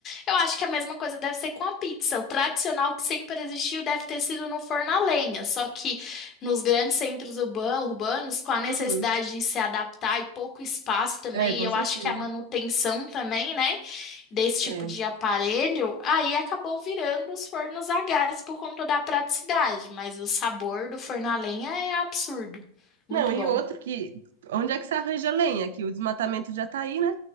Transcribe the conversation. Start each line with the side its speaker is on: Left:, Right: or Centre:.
Left: Eu acho que a mesma coisa deve ser com a pizza. O tradicional que sempre existiu deve ter sido no forno a lenha, só que nos grandes centros urban- urbanos, com a necessidade
Right: Uhum.
Left: de se adaptar e pouco espaço também,
Right: É, com
Left: e eu
Right: certeza.
Left: acho que a manutenção também, né, desse
Right: É.
Left: tipo de aparelho, aí acabou virando os fornos a gás por conta da praticidade, mas o sabor do forno a lenha é absurdo. Muito
Right: Não, e
Left: bom.
Right: outro
Left: <laughs>
Right: que. Onde é que você arranja lenha? Que o desmatamento já tá aí, né?